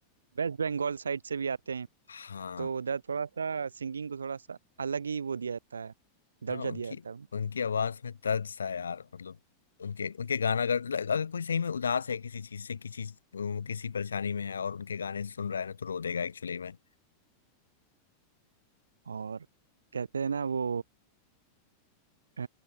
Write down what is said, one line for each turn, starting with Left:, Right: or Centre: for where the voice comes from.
Right: वेस्ट बंगाल साइड से भी आते हैं
Left: हाँ
Right: तो उधर थोड़ा सा सिंगिंग को थोड़ा सा अलग ही वो दिया जाता है
Left: हाँ
Right: दर्जा
Left: उनकी
Right: दिया जाता है उनको
Left: उनकी आवाज में दर्द सा है यार मतलब उनके उनके गाना अगर like, अगर कोई सही में उदास है किसी चीज से किसी अम, किसी परेशानी में है और उनके गाने सुन रहा है ना तो रो देगा एक्चुअली में
Right: और कहते हैं ना वो अ,